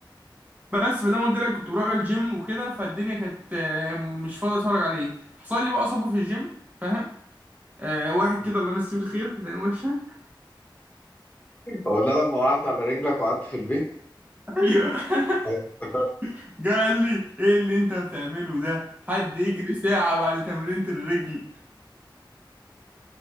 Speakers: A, on the right; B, on the left.
A: بس فزي ما قلت لك كنت بروح الجيم وكده فالدنيا كانت آه، مش فاضي اتفرج عليه حصل لي بقى اصابه في الجيم فاهم آه واحد كده الله يمسيه بالخير كانت عينه وحشه <laughs>
B: هو ده لما وقعت على رجلك وقعدت في البيت
A: ايوه <laughs>
B: ايوه، افتكرت
A: جه قال لي ايه اللي انت بتعمله ده حد يجري ساعه بعد تمرينة الرجل